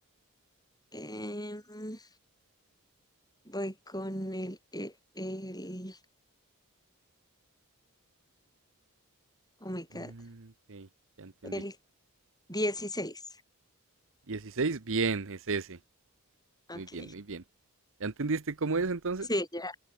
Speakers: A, on the left; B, on the right.
A: em, voy con el, el, el- Oh my God.
B: Mm, ok, ya entendí.
A: El 16.
B: dieciséis bien, es ese.
A: Ok.
B: Muy bien, muy bien. ¿Ya entendiste cómo es entonces?
A: Sí, ya,